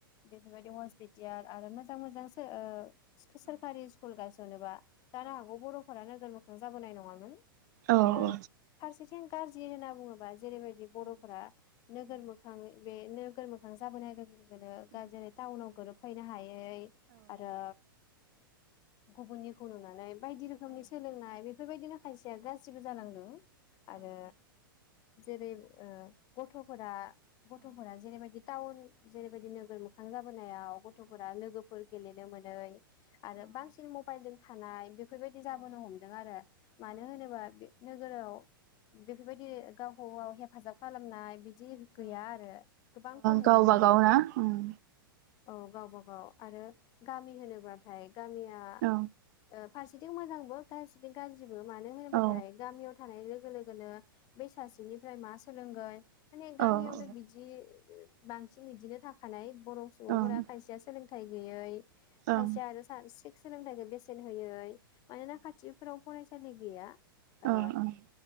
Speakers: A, on the left; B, on the right.
A: बेफोरबायदि हस्पिटियाल आरो मोजां मोजांसो ओ सो-सरकारि गायसनोबा जानो हागौ बर'फोरा नोगोर थांजाबोनाय नङामोन।
B: औ औ।
A: आरो फारसेथिं गाज्रि होनना बुङोबा जेरैबायदि बर'फोरा नोगोर मोखां बेनो नोगोरमोखां जाबोनाय लोगो लोगो नो दा जेरै ताउनाव गोरोब फैनो हायो । यै आरो गुबुननिखौ नुनानै बायदि रोखोमनि सोलोंनाय बे बेफोरबायदिनो खायसे खायसेया गाज्रिबो जालांदों आरो जेरै ओ गथ'फोरा गथ'फोरा जेरैबायदि टाउन जेरैबायदि नोगोर मोखां जाबोनाय याव गथ'फोरा लोगोफोर गेलेनो मोन नै आरो बांसिन मबाइलजों थानाय बेफोरबायदि जाबोनो हमदों आरो मानो होनोबा बे नो नोगोराव बेफोरबायदि गावखौ गाव हेफाजाब खालामनाय बिद दि गैया आरो गोबां खम
B: गावबा
A: नुनो मोनो
B: गाव
A: ।
B: ना ओं
A: औ गावबा गाव आरो गा मि होनोबाथाय गामिया या
B: औ
A: ओब फारसेथिं मोजांबो गाज्रिदों गाज्रिब मानो होनोबाथाय
B: औ
A: गामियाव थानाय लोगो लोगो लोगोनो बेै सासेनिफ्राय मास फोरोंगोन। माने गामियावनो
B: औ ओं
A: बिदि बांसिन इदिनो थाखानाय बर'
B: ओं
A: सुबुंफोरा
B: ओं
A: खायसेया सोंलों थाइ गैयै
B: ओं
A: खायसे आरो <unintelligible> सोलोंथाइखो बेसेन होयै मानोना खाथिफोराव फरायसालि गैया। ओ
B: अ ओं।